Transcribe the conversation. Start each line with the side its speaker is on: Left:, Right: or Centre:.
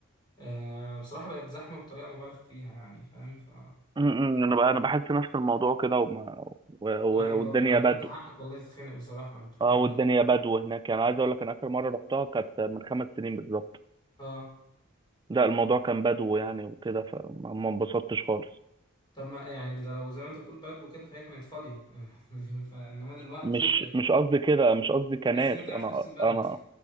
Left: أه بصراحة بقت زحمة بطريقة مبالغ فيها يعني فاهم ف
Right: امم انا بقى انا بحس نفس الموضوع كده وما- و-
Left: أيوه
Right: و- والدنيا
Left: ف-
Right: بدو
Left: فأنت حقك والله تتخانق بصراحة
Right: اه
Left: يعني
Right: والدنيا بدو هناك يعني عايز اقول لك انا اخر مره رحتها كانت من خمس سنين بالظبط
Left: أه
Right: لا الموضوع كان بدو يعني وكده فما ما انبسطتش خالص
Left: طب ما يعني ده لو زي ما أنت بتقول بدو كده فهي كانت فاضية <laughs> فإنما دلوقتي
Right: مش
Left: بقت
Right: مش قصدي كده مش قصدي كناس
Left: تحس إن أنت قاعد
Right: انا
Left: في وسط البلد
Right: انا